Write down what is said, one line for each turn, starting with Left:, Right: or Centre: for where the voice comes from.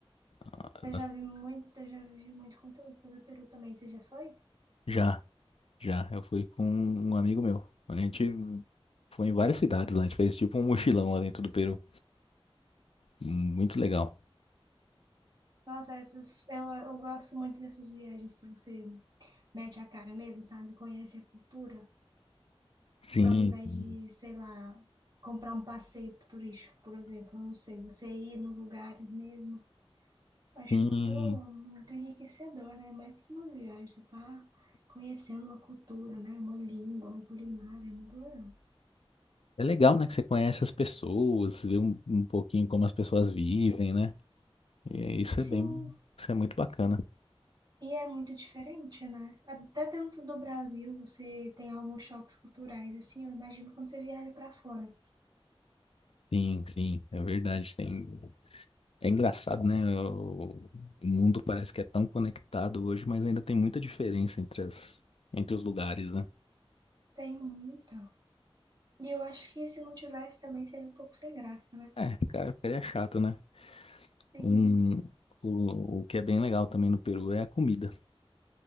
Left: Ah,
Right: eu
Left: nós-
Right: já vi muito, eu já vi muito conteúdo sobre o Peru também. Você já foi?
Left: Já, já, eu fui com um amigo meu. A gente foi em várias cidades lá, a gente fez tipo um mochilão lá dentro do Peru. Muito legal.
Right: Nossa, essas, eu, eu gosto muito dessas viagens que você mete a cara mesmo, sabe? Conhece a cultura,
Left: Sim,
Right: ao invés
Left: sim,
Right: de, sei lá, comprar um passeio turístico, por exemplo. Eu Não sei, você ir nos lugares mesmo. Acho
Left: sim.
Right: muito, muito enriquecedor, né? Mais que uma viagem, você tá conhecendo uma cultura, né? Uma língua, uma culinária, é muito legal.
Left: É legal, né, que você conhece as pessoas, vê um, um pouquinho como as pessoas vivem, né? E isso é
Right: Sim,
Left: bem, isso é muito bacana.
Right: e é muito diferente, né? Até dentro do Brasil você tem alguns choques culturais, assim, eu imagino quando você viaja pra fora.
Left: Sim, sim, é verdade. Tem. É engraçado, né? O, o mundo parece que é tão conectado hoje, mas ainda tem muita diferença entre as, entre os lugares, né?
Right: Tem muita. E eu acho que se não tivesse também seria um pouco sem graça, né?
Left: É, cara, ficaria chato, né?
Right: Sim.
Left: Um, o, o que é bem legal também no Peru é a comida.